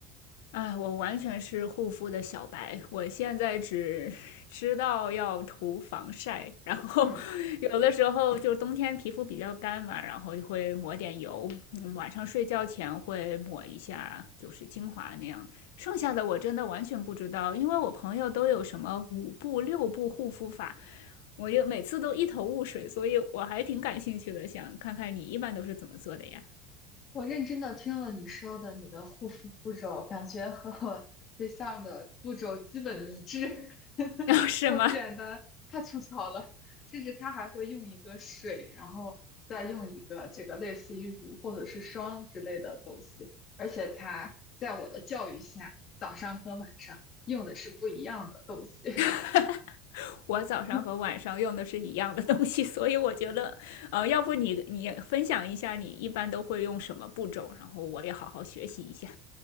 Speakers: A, on the left (about 85°); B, on the left (about 35°).
A: 哎，我完全是护肤的小白，我现在只 <laughs> 知道要涂防晒，然后
B: 嗯。
A: <laughs> 有的时候就冬天皮肤比较干嘛，然后就会抹点油，嗯晚上睡觉前会抹一下，就是精华那样。剩下的我真的完全不知道，因为我朋友都有什么五步六步护肤法，我就每次都一头雾水，所以我还挺感兴趣的，想看看你一般都是怎么做的呀？
B: 我认真的听了你说的你的护肤步骤，感觉和我对象的步骤基本一致，<laughs>
A: <laughs> 哦，是吗？
B: 太简单，太粗糙了。甚至他还会用一个水，然后再用一个这个类似于乳或者是霜之类的东西，而且他在我的教育下，早上和晚上用的是不一样的东西。
A: <laughs> 哈哈，我早上和晚上用的是一样的东西，
B: <laughs>
A: 所以我觉得，呃，要不你你分享一下你一般都会用什么步骤，然后我也好好学习一下。